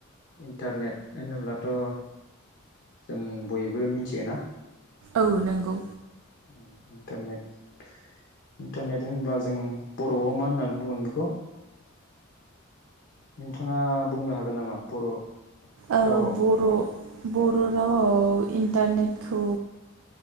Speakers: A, on the left; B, on the right.
A: इन्टारनेट होनोब्लाथ' जों बयबो मिथियोना?
B: औ नंगौ।
A: उम इन्टारनेट इन्टारनेट होनब्ला जों बर'आव मा होननानै बुंगोन बेखौ नोंथाङा बुंनो हागोन नामा बर'
B: औ
A: रावाव
B: बर' बर' रावआव इन्टारनेटखौ